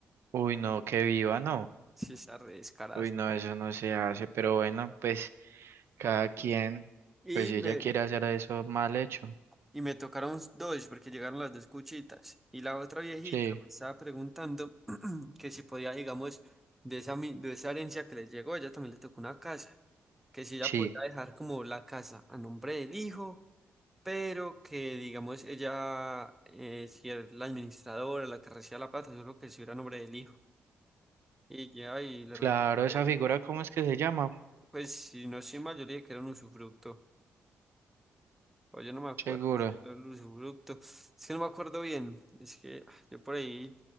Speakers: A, on the right (about 70°); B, in the centre.
A: Uy, no, que viva, no.
B: si está re descarada.
A: Uy, no, eso no se hace, pero bueno, pues cada quien,
B: Y
A: pues si
B: me,
A: ella quiere hacer eso mal hecho.
B: y me tocaron dos, porque llegaron las dos cuchitas. Y la otra viejita
A: Sí,
B: me estaba preguntando <clears throat> que si podía, digamos, de esa, mi- de esa herencia que les llegó, ella también le tocó una casa, que si ella
A: sí.
B: podía dejar como la casa a nombre del hijo pero que digamos ella eh, si era la administradora, la que recibía la plata, yo creo que si era nombre del hijo. Y ya, y le
A: Claro,
B: respondía,
A: esa figura, ¿cómo es que se llama?
B: pues si no soy mal, yo le dije que era un usufructo. O yo no me acuerdo
A: Seguro.
B: si era un usufructo. Es que no me acuerdo bien. Es que ah, yo por ahí